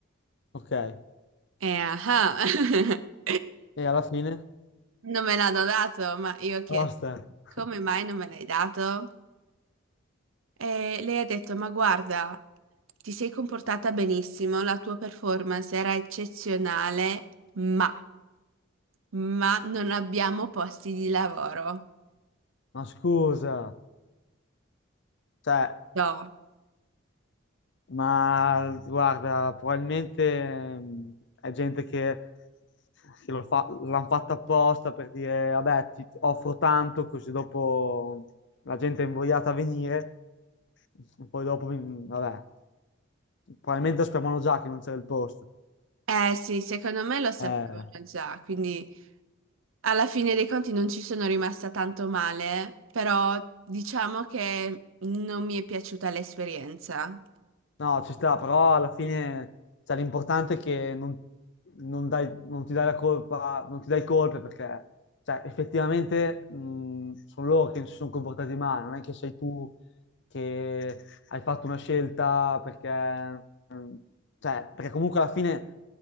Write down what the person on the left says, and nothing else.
Ok. E
alla fine?
Basta. <laughs>
Ma scusa, cioè...
Ma guarda, probabilmente mh, è gente che, che lo fa, l'hanno fatta apposta per dire, vabbè, ti offro tanto, così dopo la gente è invogliata a venire, e poi dopo, mi- vabbè, probabilmente sapevano già che non c'era il posto.
Eh.
No, ci sta, però alla fine cioè, l'importante è che non, non dai- non ti dai la colpa, non ti dai colpe perché cioè, effettivamente mh, sono loro che si sono comportati male, non è che sei tu che hai fatto una scelta perché, mh, cioè, perché comunque alla fine